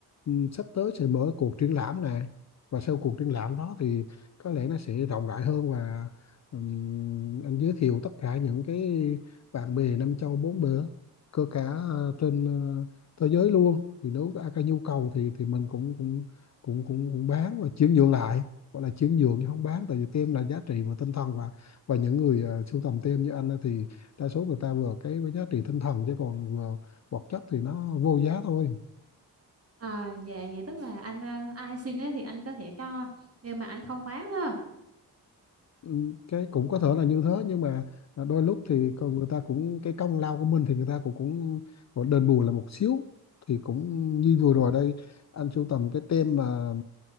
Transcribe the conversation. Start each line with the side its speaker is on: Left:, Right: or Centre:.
Left: ừm, sắp tới sẽ mở cuộc triển lãm này và sau cuộc triển lãm đó thì có lẽ nó sẽ rộng rãi hơn và ừm, anh giới thiệu tất cả những cái bạn bè năm châu bốn bể cơ cả ờ, trên ờ, thế giới luôn thì nếu có ai có nhu cầu thì thì mình cũng cũng cũng cũng cũng bán và chuyển nhượng lại gọi là chuyển nhượng chứ không bán tại vì tem là giá trị và tinh thần và và những người ờ, sưu tầm tem như anh á thì đa số người ta vừa cái với giá trị tinh thần chứ còn vừa vật chất thì nó vô giá thôi
Right: À, dạ vậy tức là anh ờ, ai xin ấy thì anh có thể cho nhưng mà anh không bán ha.
Left: Ừ, cái cũng có thể là như thế nhưng mà à, đôi lúc thì còn người ta cũng cái công lao của mình thì người ta cũng cũng cũng đền bù là một xíu thì cũng như vừa rồi đây anh sưu tầm cái tem mà